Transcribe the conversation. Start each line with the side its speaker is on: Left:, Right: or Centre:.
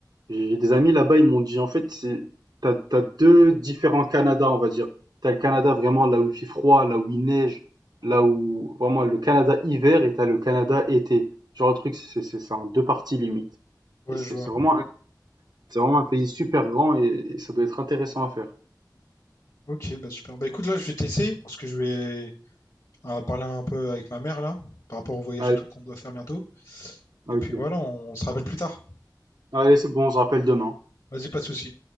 Right: J'ai j'ai des amis là-bas, ils m'ont dit, en fait, c'est, t'as, t'as deux différents Canada, on va dire. T'as le Canada vraiment là où il fait froid, là où il neige, là où vraiment le Canada hiver et t'as le Canada été. Genre le truc, c'est, c'est, c'est en deux parties limite.
Left: ouais,
Right: Et c'est,
Left: je vois.
Right: c'est vraiment, un- c'est vraiment un pays super grand et, et ça doit être intéressant à faire.
Left: Ok, bah super. Bah écoute, là, je vais t'essayer, parce que je vais euh, parler un peu avec ma mère, là, par rapport au voyage
Right: Allez,
Left: et tout qu'on doit faire bientôt.
Right: ok.
Left: Et puis voilà, on se rappelle plus tard.
Right: Allez, c'est bon, on se rappelle demain.
Left: Vas-y, pas de souci.